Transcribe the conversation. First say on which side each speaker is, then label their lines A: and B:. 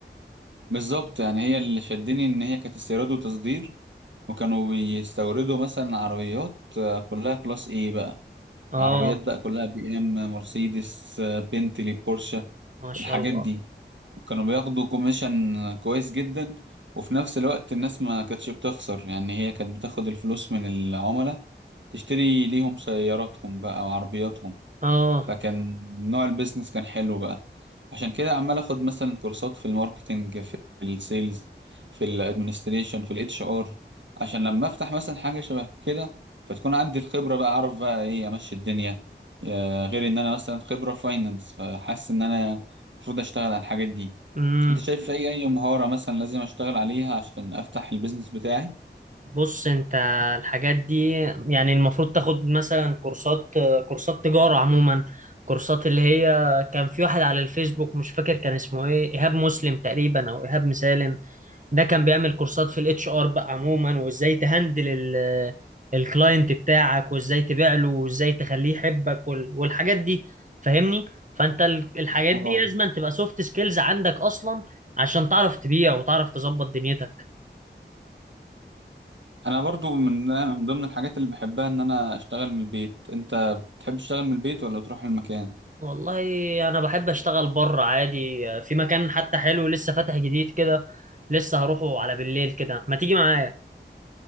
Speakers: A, on the right; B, on the right.
A: بالظبط يعني هي اللي شدني ان هي كانت استيراد وتصدير وكانوا بيستوردوا مثلا عربيات آه، كلها كلاس ايه بقى
B: آه
A: عربيات بقى كلها بي ام مرسيدس آه، بنتلي بورشه
B: ما شاء
A: الحاجات
B: الله
A: دي كانوا بياخدوا كوميشن كويس جدا وفي نفس الوقت الناس ما كانتش بتخسر يعني هي كانت بتاخد الفلوس من العملاء تشتري ليهم سياراتهم بقى وعربياتهم
B: اه
A: فكان نوع البيزنس كان حلو بقى عشان كده عمال اخد مثلا كورسات في الماركتينج في السيلز في الادمنستريشن في الاتش ار عشان لما افتح مثلا حاجة شبه كده فتكون عندي الخبرة بقى اعرف بقى ايه امشي الدنيا آه، غير ان انا مثلا خبرة فاينانس فحاسس ان انا المفروض اشتغل على الحاجات دي
B: امم
A: انت شايف في اي اي مهارة مثلا لازم اشتغل عليها عشان افتح البيزنس بتاعي
B: بص انت الحاجات دي يعني المفروض تاخد مثلا كورسات كورسات تجارة عموما كورسات اللي هي كان في واحد على الفيسبوك مش فاكر كان اسمه ايه ايهاب مسلم تقريبا او ايهاب مسالم ده كان بيعمل كورسات في الاتش ار بقى عموما وازاي تهندل ال الكلاينت بتاعك وازاي تبيع له وازاي تخليه يحبك وال- والحاجات دي فاهمني فانت ال- الحاجات
A: اه
B: دي لازم تبقى سوفت سكيلز عندك اصلا عشان تعرف تبيع وتعرف تظبط دنيتك
A: انا برضو من من ضمن الحاجات اللي بحبها ان انا اشتغل من البيت انت بتحب تشتغل من البيت ولا تروح المكان
B: والله انا بحب اشتغل بره عادي في مكان حتى حلو لسه فاتح جديد كده لسه هروحه على بالليل كده ما تيجي معايا